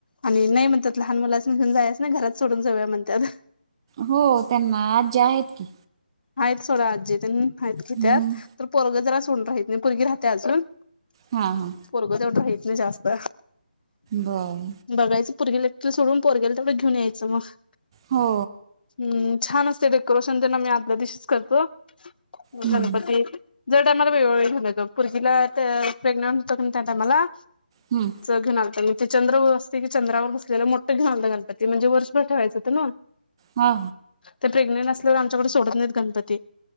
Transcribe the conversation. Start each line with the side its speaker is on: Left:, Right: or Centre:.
Left: आणि नाही म्हणतात लहान मुलांसनी घेऊन जायचं नाही घरात सोडून जाऊया म्हणत्यात.
Right: हो त्यांना आज्ज्या आहेत की.
Left: आहेत सोडा आजी तेच आहेत घेत्यात
Right: हम्म
Left: तर पोरग जरा सोडून राहीत नाही पोरगी राहती अजून
Right: हा हा
Left: पोरग तेवढं रहित नाही जास्त,
Right: बरं
Left: बघायचं पोरगीला सोडून पोरग्याला तेवढं घेऊन यायचं मग.
Right: हो
Left: हम्म छान असतंय डेकोरेशन तेण आम्ही आधल्या दिवशीच करतो
Right: हम्म
Left: गणपती दर टायमाला वेगवेगळी घेऊन येतो पोरगीला प्रेग्नंट होतो कणी त्या टायमाला
Right: हम्म
Left: घेऊन आलतो मी ते चंद्रावर असतं की चंद्रावर बसलेल मोठ घेऊन आलतो गणपती म्हणजे वर्षभर ठेवायचं होतं नव्हं. <unintelligible>
Right: हा
Left: ते प्रेग्नेंट असल्यावर आमच्याकडे सोडत नाहीत गणपती,